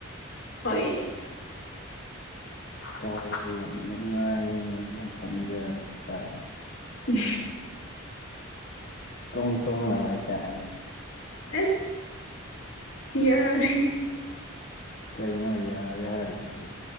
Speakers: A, on the left; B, on the left.
A: ꯍꯣꯏ
B: ꯇꯥꯎꯔꯦ ꯌꯥꯝ ꯅꯨꯡꯉꯥꯏꯌꯦ ꯅꯪ ꯈꯟꯖꯦ ꯇ
A: ꯎ
B: ꯆꯣꯡ ꯆꯣꯡ ꯂꯑꯣ ꯍ
A: ꯑꯁ ꯌꯥꯔꯦ
B: ꯀꯩꯅꯣ ꯌꯥꯔꯦ ꯍꯥꯏꯔꯤꯁꯤꯗꯤ